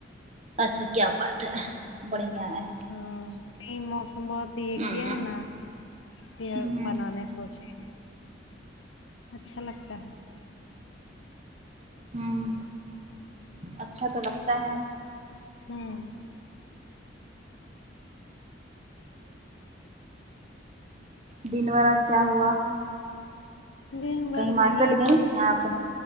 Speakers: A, on the right; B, on the left.
A: اچھا کیا بات ہے بڑھیا ہے
B: ہاں یہ موسم بہت تو یہ
A: ہوں
B: کیا ہے نا یہ
A: ہوں
B: بنانے سو نچ رہے اچھا لگتا ہے
A: ھمم اچھا تو لگتا ہے
B: ھمم
A: دن بھر آج کیا ہوا
B: دن بھر
A: کہیں
B: وہی
A: مارکیٹ گئی
B: بس
A: تھی آپ